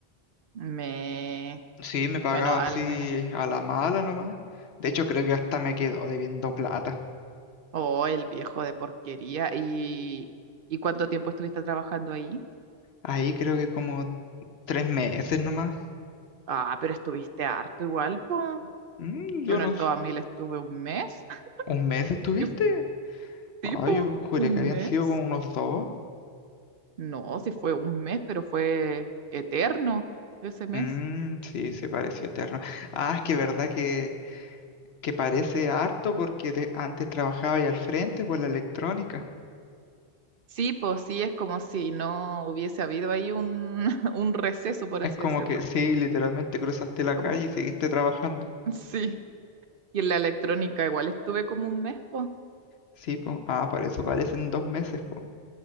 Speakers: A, on the right (about 60°); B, on the left (about 80°).
A: Me...
B: Sí, me pagaba
A: Bueno, al
B: así
A: menos.
B: a la mala nomás. De hecho, creo que hasta me quedó debiendo plata.
A: Oh, el viejo de porquería. ¿Y, y cuánto tiempo estuviste trabajando ahí?
B: Ahí creo que como tres meses nomás.
A: Ah, pero estuviste harto igual, pues.
B: Mm,
A: Yo
B: yo
A: en
B: no...
A: el
B: s-
A: Todamil estuve un mes. <laughs>
B: ¿Un mes estuviste?
A: Y tipo,
B: Ah, yo juré
A: un
B: que
A: mes.
B: habían sido como unos dos.
A: No, sí fue un mes, pero fue eterno ese mes.
B: Mm, sí, se pareció eterno. Ah, es que verdad que, que parece harto porque te- antes trabajaba ahí al frente por la electrónica.
A: Sí, pues sí, es como si no hubiese habido ahí un, <laughs> un receso, por
B: Es
A: así
B: como
A: decirlo.
B: que sí, literalmente cruzaste la
A: Como,
B: calle y seguiste trabajando.
A: <laughs> sí. Y en la electrónica igual estuve como un mes, pues.
B: Sí, po. Ah, para eso parecen dos meses, po.